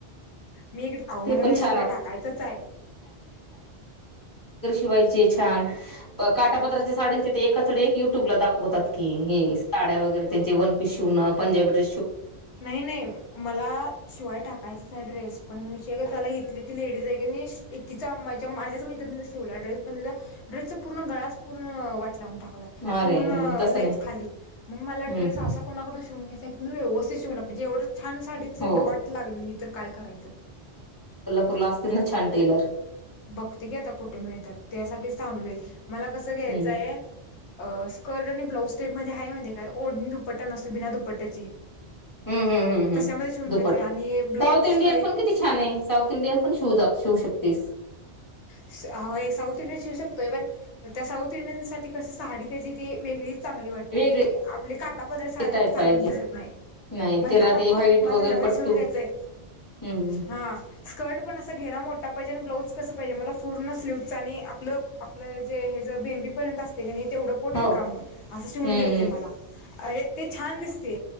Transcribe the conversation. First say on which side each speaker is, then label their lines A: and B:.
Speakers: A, on the left; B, on the left.
A: मी एक अहो मला
B: पण
A: ड्रेस
B: छ
A: शिवाय टाकायचंच आहे
B: वाशन य छ काटापत्राचे साडीच युट्यूब ला दाखवतात क ड्या वगरे त्यांचे वनपी शिवं पंजबी
A: नाही नाही मला शिवाय टाकायच ह ड्रेस पण विय ला इथली ती लडीज आहे एककीचा आंच्या माझ्याच वला ड्रेस पण ड्रेस पूर्ण गळाच पूर्ण वाट लावून टाकलाय
B: अरे
A: पूर्ण
B: तसं नाही
A: खाली मग मला
B: हम्म
A: ्रस कोून शून घय म्हणजे एवढं छान साडीच
B: हो
A: वाट लागली तर काय करायचं
B: तुला असतील ना छान टेलर
A: बघती की आता कुठे मिळतात त्यासाठी थांबलय मला कसं घ्यायचंय
B: हम्म
A: अ स्कर्ट आणि ब्लाउज टाईप मध्ये आहे म्हणते काय ओढणी दुपट्टा नसतो बिना दुपट्ट्याची
B: हम्म हम्म हम्म हम्म
A: तशामध्ये चिवून
B: दुपट
A: घेत आणि ब्लाऊजची
B: साऊथ इंडियन
A: सिलाई
B: पण किती छान आहे साऊथ इंडियन पण शिव शिवू शकतेस
A: साऊथ इंडियन्स शऊ शकतो इवन त्या साऊथ इंडियन साठी कशी साहाडी त्याची ती वेगळीच चांगली वाटते
B: वेगळे
A: तेी आपले काटा पदर सार्या
B: टाईप
A: त्याला चांगले
B: पाहिजे
A: दिसत नाही
B: नाही
A: म्हणताना
B: त्याला ते
A: मी
B: व्हाईट
A: मला
B: वगैरे
A: त्याच्यामध्ये
B: पट्टू
A: शिवून घ्यायचंय
B: हम्म
A: हा स्कर्ट पण असा घेरा मोठा पाहिजे आणि ब्लाऊज कस पाहिजे मला पूर्ण स्लीवच आणि आपलं आपलं जे हे ज भेंबीपर्यंत अस त्याणी तेवढं पोटल
B: हो
A: काम असं शिवून
B: हम्म
A: घ्यायचं
B: हम्म
A: मला अ ते छान दिसते